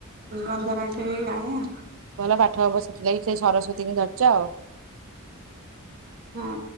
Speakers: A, on the right; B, on the right.
A: ବନ୍ଧନାଠଇ ଗାଏ ଆଉ।
B: ଭଲ ପାଠ ହବ ସେଥିଲାଗି ସେ ସରସ୍ୱତୀ ଙ୍କୁ ଧରିଚ ଆଉ।
A: ହଁ।